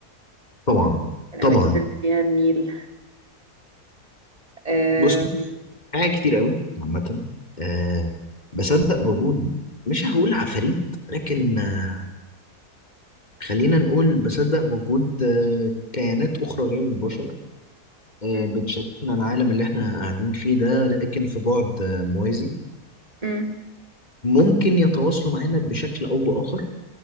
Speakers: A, on the left; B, on the right.
A: طبعا
B: الأماكن
A: طبعا
B: اللي فيها النيل آم،
A: بص حاجات كتير قوي عامة أه بصدق بوجود مش هقول عفاريت لكن آه، خلينا نقول بصدق بوجود آه، كيانات أخرى غير البشر آه،
B: م-
A: بتشاركنا العالم اللي احنا قاعدين فيه ده لكن في بعد آه، موازي
B: م-
A: ممكن يتواصلوا معانا بشكل أو بآخر